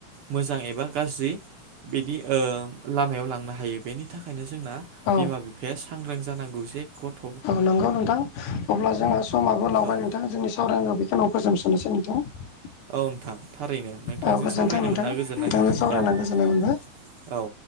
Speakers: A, on the right (about 60°); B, on the left (about 75°).
A: मोजां एबा गाज्रि बिदि ओ लामायाव लांनो हायो बेनि थाखायनो जोंना
B: औ
A: बिमा बिफाया सांग्रां जानांगौ जे गथ'
B: औ नंगौ नोंथां अब्ला जोंहा समाबो लावबाय
A: औ
B: नोंथां जोंनि सावरायनांगौ बेखौनो फोजोबस'नोसै नोंथां
A: औ नोंथां थारैनो नोंथांजों
B: औ गोजोन्थों
A: सावरायनो
B: नोंथां
A: मोना
B: नोंथांजों
A: गोजोननाय थाबाय
B: सावरायना
A: औ।
B: गोजोननाय मोनबाय
A: औ